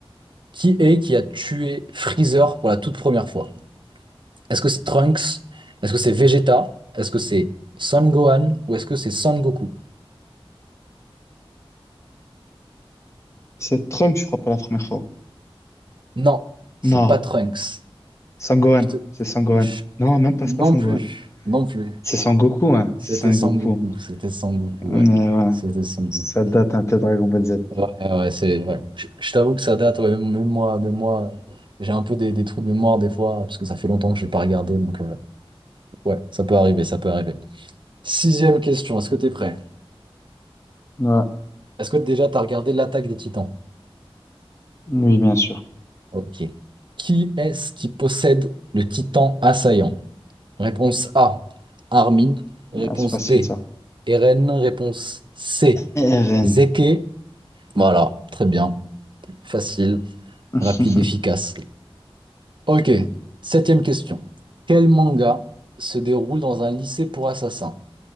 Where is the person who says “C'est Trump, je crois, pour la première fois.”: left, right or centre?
Left